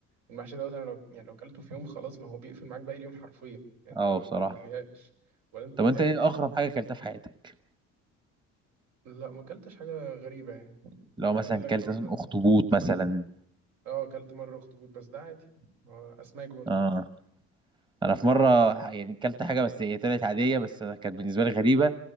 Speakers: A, on the right (about 80°); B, on the right (about 15°).
A: المحشي دوت انا لو يعني لو اكلته في يوم خلاص ما هو بيقفل معاك باقي اليوم حرفيا يعني انت
B: اه بصراحه
A: ما فيهاش ولا انت
B: طب
A: حلو
B: انت ايه اغرب حاجه اكلتها في حياتك
A: لا ما اكلتش حاجه غريبه يعني
B: لو
A: انا
B: مثلا
A: كل الاكل
B: اكلت
A: اللي باكله
B: مثلا اخطبوط مثلا
A: اه اكلت مره اخطبوط بس ده عادي هو اسماك برضه
B: اه انا في مره يعني اكلت حاجه بس هي طلعت عاديه بس كانت بالنسبه لي غريبه